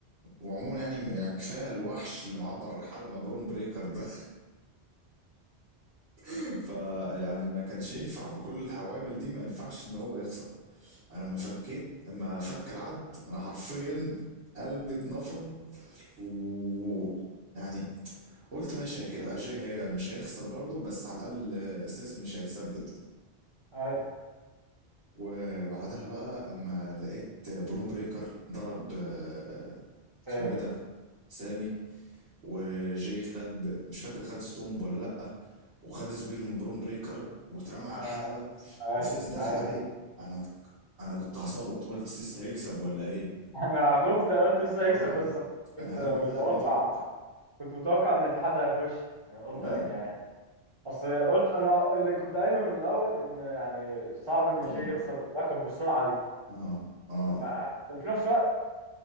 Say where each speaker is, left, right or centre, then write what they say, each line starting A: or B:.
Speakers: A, on the right; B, on the right.
A: وعموما يعني م- يعني كفايه الوحش اللي معبر الحلبه بروم بريكر ده <laughs> فيعني ما كانش ينفع بكل العوامل دي ما ينفعش ان هو يخسر انا لما فكيت لما فك العد انا حرفيا قلبي اتنفض و يعني قلت ماشي كده اجاي هي مش هيخسر برضه بس على الاقل سيس مش هيتثبت
B: أي-
A: وبعدها بقى اما لقيت بروم بريكر ضرب آه،
B: سامي
A: اسمه ايه ده سامي وجاي خد مش فاكر خد ستومب ولا لأ وخد سبير من بروم بريكر واترمى على
B: آه،
A: الحلبة
B: ايوه
A: وسيس دخل
B: ايوه
A: عليه انا انا كنت هصوت قلت سيس هيكسب ولا ايه
B: انا خفت أنا قلت لسه هيكسب
A: اه
B: بس
A: انا
B: كنت متوقع
A: قلبي بدأ يدق
B: كنت متوقع ان في حد هيخش يعني قلت
A: وانا
B: أك- يعني اصل قلت انا اللي كنت قايله من الاول ان يعني صعب ان
A: بنج
B: جاي يخسر اللقب بالسرعه دي
A: اه اه
B: ف... وفي نفس الوقت